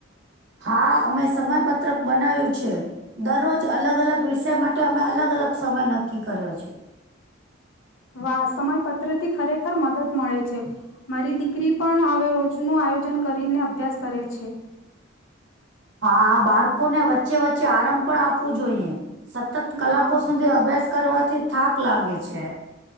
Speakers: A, on the right; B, on the left.
A: હા, અમે સમયપત્રક બનાવ્યું છે. દરરોજ અલગ અલગ વિષય માટે અમે અલગ અલગ સમય નક્કી કર્યો છે.
B: વાહ, સમય પત્ર થી ખરેખર મદદ મળે છે. મારી દીકરી પણ હવે રોજનું આયોજન કરીને અભ્યાસ કરે છે.
A: હા, બાળકો ને વચ્ચે વચ્ચે આરામ પણ આપવું જોઈએમ. સતત કલાકો
B: હા
A: સુધી અભ્યાસ કરવાથી થાક લાગે છે.